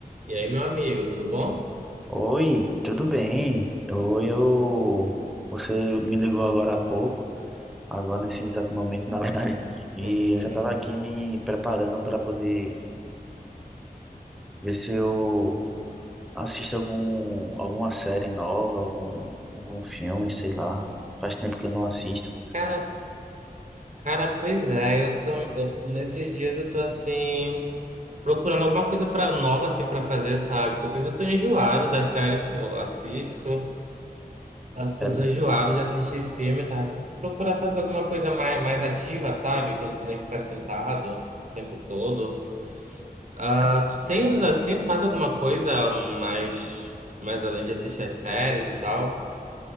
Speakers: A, on the right (about 50°); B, in the centre.
A: E aí, meu amigo, tudo bom?
B: Oi, tudo bem? Oi, eu... Você me ligou agora há pouco, agora nesse exato momento, na verdade, <laughs> e
A: <laughs>
B: eu já estava aqui me preparando para poder ver se eu assisto algum, alguma série nova, algum, algum filme, sei lá. Faz tempo que eu não assisto.
A: Cara, cara, pois é, eu tô, eu, nesses dias eu tô assim, procurando alguma coisa pra, nova assim pra fazer, sabe? Porque eu já tô enjoado das séries que eu assisto, eu
B: É mesmo.
A: enjoado de assistir filme, tá? Tô Tentando Procurar fazer alguma coisa mais, mais ativa, sabe? Que eu não tenho que ficar sentado o tempo todo. Ah,
B: É.
A: tu tens assim, tu faz alguma coisa mais, mais além de assistir as séries e tal?